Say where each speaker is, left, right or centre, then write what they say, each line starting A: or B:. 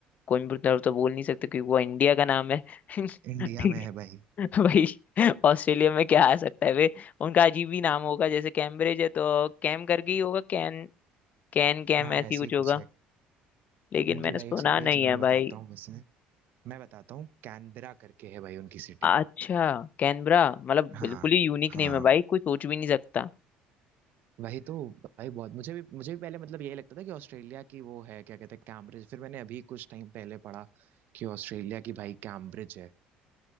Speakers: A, on the left; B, on the right.
A: कोयम्बटूर तो बोल नहीं सकते क्योंकि वो इंडिया का नाम है <laughs>
B: इंडिया
A: ठीक
B: में है भाई
A: <laughs> भाई ऑस्ट्रेलिया में क्या आ सकता है वे उनका अजीब ही नाम होगा जैसे कैम्ब्रिज है तो कैम करके ही होगा कैन कैन कैम
B: हाँ
A: ऐसी
B: ऐसे
A: कुछ
B: ही कुछ
A: होगा
B: है
A: लेकिन
B: उनकी
A: मैंने
B: भाई
A: सुना
B: एक सिटी
A: नहीं
B: है चलो
A: है
B: मैं बताता
A: भाई
B: हूँ वैसे मैं बताता हूँ कैनबरा करके है भाई उनकी सिटी
A: अच्छा कैनबरा मतलब
B: हाँ
A: बिल्कुल ही यूनिक
B: हाँ
A: नेम है भाई कोई सोच भी नहीं सकता
B: वही तो भाई बहुत मुझे भी मुझे भी पहले मतलब यही लगता था कि ऑस्ट्रेलिया की वो है क्या कहते हैं कैम्ब्रिज फिर मैंने अभी कुछ टाइम पहले पढ़ा कि ऑस्ट्रेलिया की भाई कैम्ब्रिज है